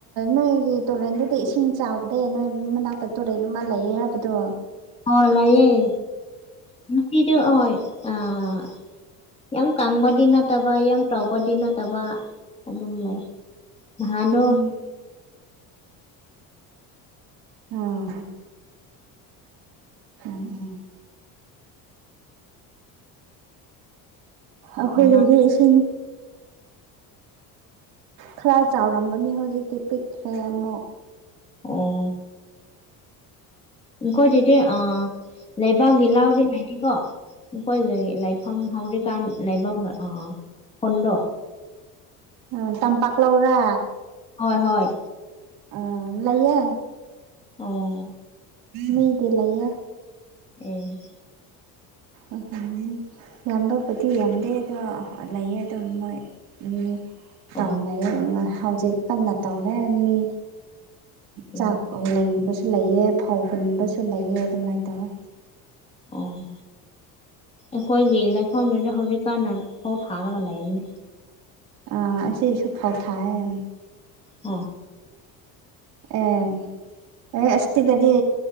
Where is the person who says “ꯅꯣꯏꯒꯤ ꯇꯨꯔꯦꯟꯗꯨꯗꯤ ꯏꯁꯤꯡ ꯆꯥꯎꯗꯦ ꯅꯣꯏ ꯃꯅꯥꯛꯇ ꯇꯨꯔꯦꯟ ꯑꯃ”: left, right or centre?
Right